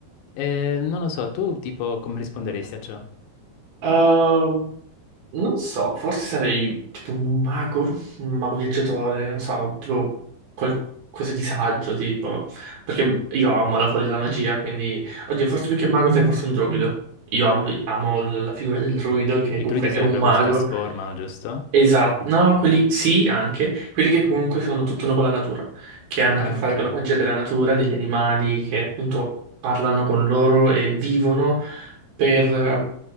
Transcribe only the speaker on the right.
Ehm, non so, forse sarei tipo un mago, un mago viaggiatore, non so, tipo qualcosa di saggio, tipo, perché
io amo la follia e la magia, quindi, oddio, forse più che un mago sei forse un druido. Io amo, amo la la figura del druido che
comunque
è un mago
Esatto, no, quelli sì, anche, quelli che comunque sono tutto uno con la natura, che hanno
a che fare
con la magia della natura, degli animali che appunto parlano con loro e vivono per eh,